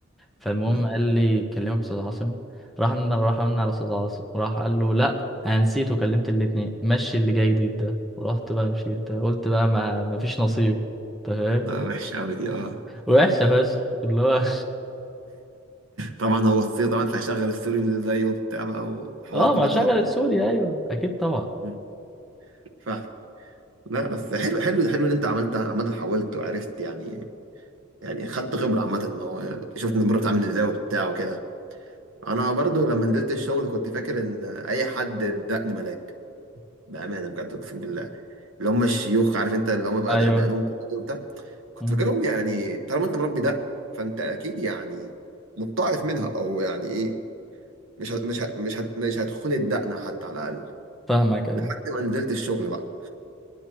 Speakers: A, in the centre; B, on the right.
A: فالمهم
B: امم
A: قال لي كلمك استاذ عاصم راح راح قلنا على استاذ عاصم راح قال له لا انا نسيت وكلمت الاتنين مشي اللي جاي جديد ده ورحت بقى مشيت قلت بقى ما ما فيش نصيب تمام
B: ده وحش قوي دي اه <laughs>
A: وحشه فشخ اللي هو
B: طبعا هو السوري طبعا فهشغل السوري اللي زيه وبتاع بقى وحوارات
A: <laughs> اه
B: مالوش
A: ما شغلت
B: دعوة بيها.
A: سوريا ايوه اكيد طبعا
B: أمم، فاهم لا بس حلو حلو حلو ان انت عملت عامة حاولت وعرفت يعني يعني خدت خبرة عامة ان هو يعني شفت ان المرة بتعمل ازاي وبتاع وكده انا برضو لما نزلت الشغل كنت فاكر ان اي حد بدقني ملاك بأمانة بجد اقسم بالله اللي هم الشيوخ عارف انت اللي هم بقى
A: ايوه
B: دقنهم كتير وبتاع كنت
A: مم.
B: فاكرهم يعني طالما انت مربي دق فانت اكيد يعني متطعف منها او يعني ايه مش هت مش هت مش هت مش هتخون الدقنه حتى على الاقل
A: فاهمك ايوه
B: لحد ما نزلت الشغل بقى